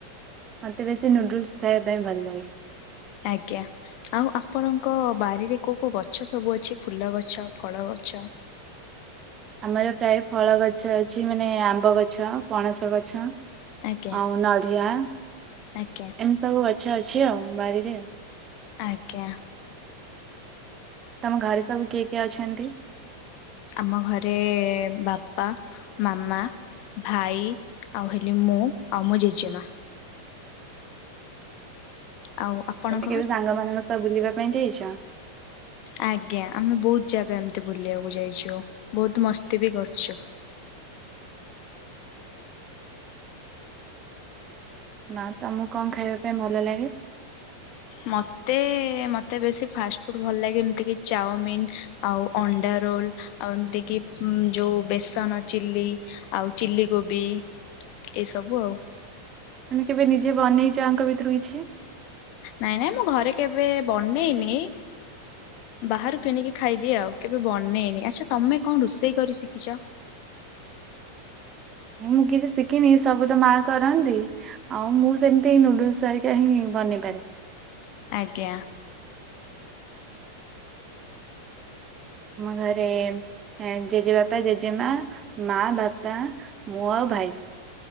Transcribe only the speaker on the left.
ଆଜ୍ଞା। ଆଉ ଆପଣଙ୍କ ବାରିରେ କୋଉ କୋଉ ଗଛ ସବୁ ଅଛି ଫୁଲ ଗଛ ଫଳ ଗଛ।
ଆଜ୍ଞା
ଆଜ୍ଞା।
ଆଜ୍ଞା,
ଆମ ଘରେ ବାପା, ମାମା, ଭାଇ, ଆଉ ହେଲି, ମୁଁ, ଆଉ ମୋ ଜେଜେମା। ଆଉ ଆପଣଙ୍କ
ଘରେ?
ଆଜ୍ଞା, ଆମେ ବହୁତ ଜାଗା ଏମତି ବୁଲିବାକୁ ଯାଇଛୁ, ବହୁତ ମସ୍ତି ବି କରିଛୁ।
ମତେ, ମତେ ବେଶୀ ଫାଷ୍ଟ ଫୁଡ ଭଲ ଲାଗେ। ଏମିତି କି ଚାଉମିିନ୍, ଆଉ ଅଣ୍ଡା ରୋଲ, ଆଉ ଏମିତି କିି ଯୋଉ ବେସନ ଚିଲି, ଆଉ ଚିଲି କୋବି, ଏଇସବୁ ଆଉ।
ନାଇଁ, ନାଇଁ, ମୁଁ ଘରେ କେବେ ବନେଇନି ବାହାରୁ କିଣିକି ଖାଇଦିଏ ଆଉ, କେବେ ବନେଇନି। ଆଚ୍ଛା, ତମେ କଣ ରୋଷେଇ କରି ଶିଖିଛ?
ଆଜ୍ଞା।